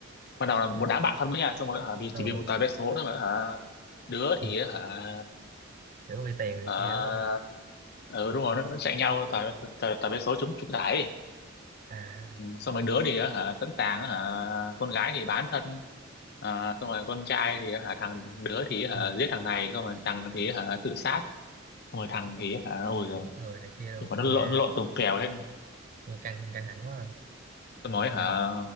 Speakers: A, on the left; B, on the right.
A: ban đầu là một đám bạn thân với nhau xong rồi hả vì
B: ừ.
A: chỉ vì một tờ vé số thôi mà hả đứa
B: ừ.
A: thì hả
B: kiểu vì tiền này
A: hả,
B: kia đúng không nhỉ
A: ừ đúng rồi nó, nó chạy nhau tờ tờ tờ vé số trúng trúng giải
B: à
A: Ừ, xong rồi đứa thì á hả sẵn sàng á hả con gái thì bán thân à, xong rồi con trai thì á hả thằng đứa thì hả
B: ừ.
A: giết thằng này xong rồi thằng thì hả tự sát xong rồi thằng
B: giết,
A: thì hả ôi rồi
B: giết người này kia luôn
A: nhưng mà nó lộn
B: nghe
A: nó lộn tùng kèo lên
B: nghe căng căng thẳng quá à.
A: tôi nói hả
B: nghe